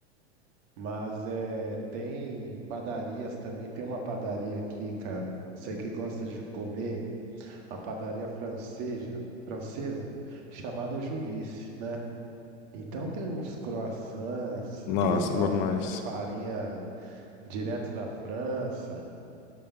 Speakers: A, on the right; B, on the left.
A: Mas é, tem padarias também. Tem uma padaria aqui, cara. Você que gosta de comer, uma padaria francesa, francesa chamada Julice, né? Então tem uns croissants
B: Nossa,
A: que eles fazem
B: bom demais.
A: com farinha direto da França.